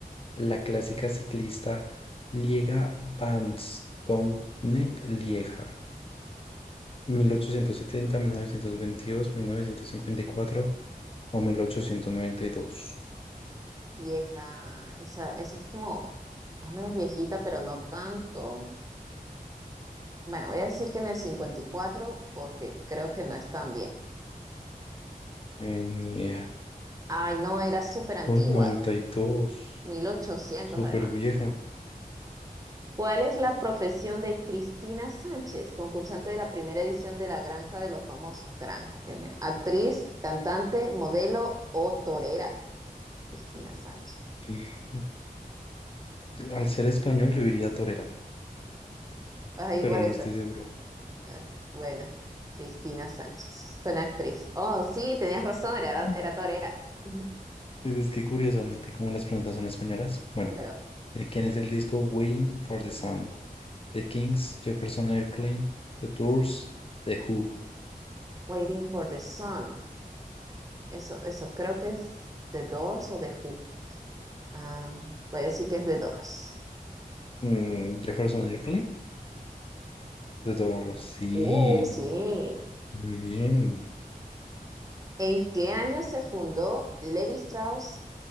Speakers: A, on the left; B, on the right.
A: la clásica ciclista Liega Bastogne-Lieja? mil mil mil ochocientos setenta novecientos novecientos veintidós mil novecientos cincuenta y cuatro o 1892.
B: Vieja, esa, esa es como más o menos viejita, pero no tanto. Bueno, voy a decir que en el 54, porque creo que no es tan bien.
A: Eh, ni idea.
B: Ay, no, era súper antigua,
A: Uy, noventa y dos
B: 1800
A: Súper
B: además.
A: vieja.
B: ¿Cuál es la profesión de Cristina Sánchez, concursante de la primera edición de La Granja de los Famosos? Granja, Dios mío. Actriz, cantante, modelo o torera. Cristina Sánchez.
A: Es- Al ser español yo diría torera,
B: Vas ahí
A: pero
B: por esa.
A: no estoy seguro.
B: Ah, Bueno, Cristina Sánchez. Suena actriz. Oh, sí, tenías razón, era,
A: Mm.
B: era torera. <laughs>
A: Es es que curiosamente, como las preguntas son españolas, bueno,
B: ¿Verdad?
A: ¿de quién es el disco Waiting for the Sun? The Kings, Jefferson Airplane, The Doors, The Who.
B: Waiting for the Sun. Eso, eso creo que es The Doors o The Who. Ah, voy a decir que es The Doors.
A: Mm, Jefferson Airplane, The Doors, sí,
B: Uh, sí.
A: muy bien.
B: ¿En qué año se fundó Levi Strauss